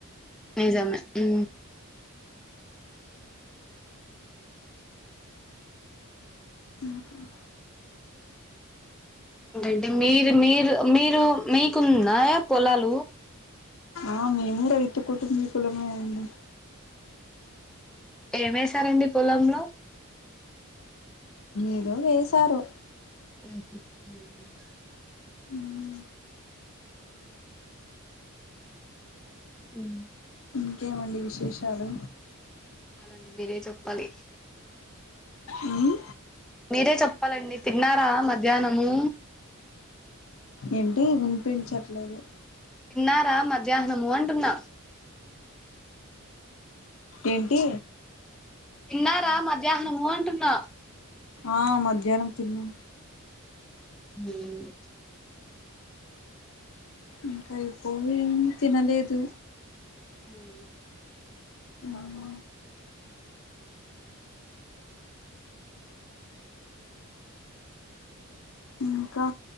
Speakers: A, in the centre; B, on the left.
A: నిజమే హూ
B: ఉహుమ్
A: ఏంటంటే మీరు మీరు మీరు మీ కున్నదా పొలాలు
B: ఆ మేము రైతు కుటుంబీకులమే అండి
A: ఏమేశసారండి పొలంలో
B: ఏదో వేశారు
A: హుమ్
B: ఊమ్
A: ఉమ్
B: ఇంకేమండి విశేషాలు
A: చెప్పాలండి మీరే చెప్పాలి
B: ఉమ్
A: మీరే చెప్పాలండి తిన్నారా మధ్యాహ్నము
B: ఏంటి వినిపించట్లేదు
A: తిన్నారా మధ్యాహ్నము అంటున్నా
B: ఏంటి
A: తిన్నార మధ్యాహ్నము అంటున్న
B: ఆ మధ్యాహ్నం తిన్నాం
A: ఉమ్
B: ఇంకా అయిపోలేం తినలేదు
A: ఉమ్
B: ఆమ్ ఇంకా